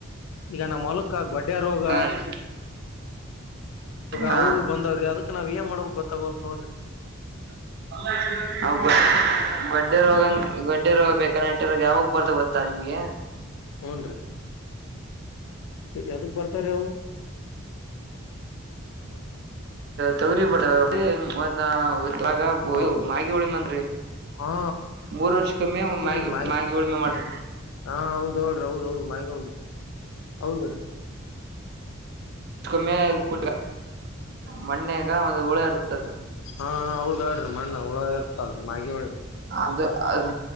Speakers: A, on the left; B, on the right.
A: ಈಗ ನಮ್ಮ್ ಹೊಲಕ ಗೊಡ್ಡ್ಯ ರೋಗ
B: ಹಾ ರೀ
A: ಅವು
B: ಹಾ
A: ಬಂದಾವ್ರ ಅದಕ್ ನಾವ ಏನ್ ಮಾಡ್ಬೇಕ್ ಗೊತ್ತಾಗೋಲ್ದ ನೋಡ್ರಿ
B: <unintelligible> ಗೊಡ್ಡೆ ರೋಗ ಗೊಡ್ಡಿ ರೋಗ <unintelligible> <unintelligible> ಯಾವಾಗ ಬರ್ತ ಗೊತ್ತಾ ನಿಮಗೆ
A: ಹೂನ್ರಿ ಎದಕ್ ಬರ್ತಾವ್ರೀ ಅವವು <unintelligible>
B: ತೊಗ್ರಿ ಬೇಡ
A: ಅಲ್ಲ
B: ಒಂದಾಗ <unintelligible>
A: ಹೌದು
B: ಉಳಿ ಬನ್ರಿ
A: ಹಾ
B: ಮೂರ್ ವರ್ಷ ಕಮ್ಮೆ
A: ಹೌದ್ರಿ
B: ಮ್ಯಾ
A: ಮಾ
B: ಮ್ಯಾಗಿ ಉಳಮೆ ಮಾಡ್ಸು
A: ಹಾ ಹೌದ್ದ್ರಿ ಹೌದ್ ಹೌದು ಮ್ಯಾಗಿ ಹೌದು ಹೌದ್ರೀ
B: ಕಮ್ಮೆ ಕುಟರ ಮಣ್ಣ್ಯಾಗ ಒಂದು ಹುಳ ಇರುತ್ತದು
A: ಹಾ ಹೌದಾಡ್ರಿ ಮಣ್ಣ ಹುಳ ಇರ್ತಲ್ರಿ ಮಾಗಿ ಹುಳಾ
B: ಅದು ಅದು